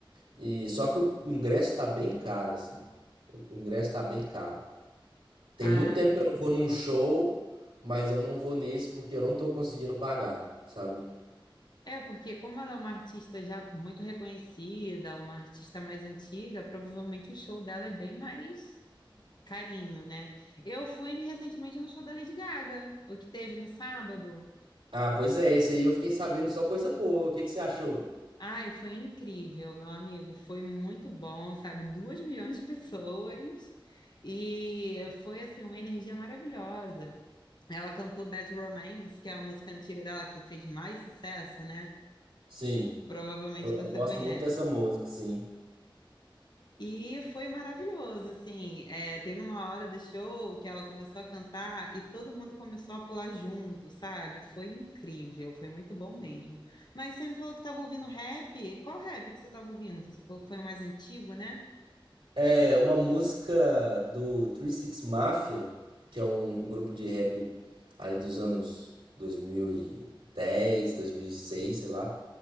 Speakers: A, on the right; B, on the left.
A: E só que o ingresso tá bem caro, assim. O ingresso tá bem caro. Tem
B: Ah,
A: muito tempo que eu não vou num show, mas eu não vou nesse porque eu não tô conseguindo pagar, sabe?
B: É, porque como ela é uma artista já muito reconhecida, uma artista mais antiga, provavelmente o show dela é bem mais carinho, né? Eu fui recentemente no show da Lady Gaga, o que teve no sábado.
A: Ah, pois é, esse aí eu fiquei sabendo só coisa boa. O que que você achou?
B: Ai, foi incrível, meu amigo. Foi muito bom, sabe? Duas milhões de pessoas. E foi, assim, uma energia maravilhosa. Ela cantou Bad Romance, que é a música antiga dela que fez mais sucesso, né?
A: Sim,
B: Provavelmente
A: eu,
B: você
A: eu gosto
B: conhece.
A: muito dessa música, sim.
B: E foi maravilhoso, assim, é, teve uma hora do show que ela começou a cantar e todo mundo começou a pular junto, sabe? Foi incrível, foi muito bom mesmo. Mas você me falou que estava ouvindo rap, qual rap que você estava ouvindo? Você falou que foi o mais antigo, né?
A: É uma música do 36 Mafia, que é um, um grupo de rap ali dos anos 2010, 2006, sei lá.